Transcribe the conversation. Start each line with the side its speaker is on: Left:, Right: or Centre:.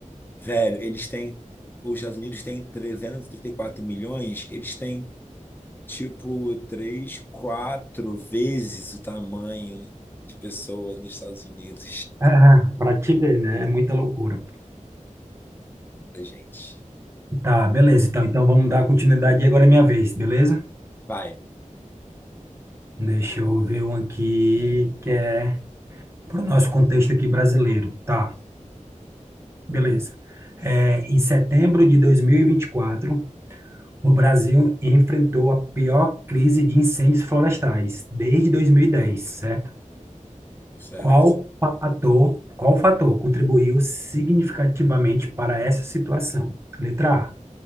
Left: Velho, eles têm. Os Estados Unidos têm 334 milhões, eles têm tipo 3 4 vezes o tamanho de pessoas nos Estados Unidos
Right: <laughs> Ah, Pra te ver, né? É muita loucura.
Left: <laughs> da gente.
Right: Tá, beleza. Então, então vamos dar continuidade e agora é minha vez, beleza?
Left: Vai,
Right: Deixa eu ver um aqui que é pro nosso contexto aqui brasileiro. Tá, beleza. É, em setembro de dois mil e e vinte e quatro, o Brasil enfrentou a pior crise de incêndios florestais desde 2010, certo?
Left: certo.
Right: Qual fator, qual fator contribuiu significativamente para essa situação? Letra A,